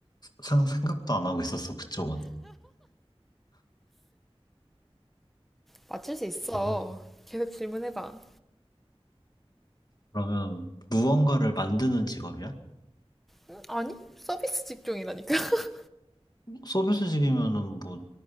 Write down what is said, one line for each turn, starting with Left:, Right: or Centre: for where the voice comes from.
Left: 상, 생각도 안 하고 있었어, 그쪽은.
Centre: 맞출 수 있어.
Left: 그러면,
Centre: 계속 질문해봐.
Left: 그러면 무언가를 만드는 직업이야?
Centre: 음, 아니, 서비스 직종이라니까. <laughs>
Left: 서비스직이면은 뭐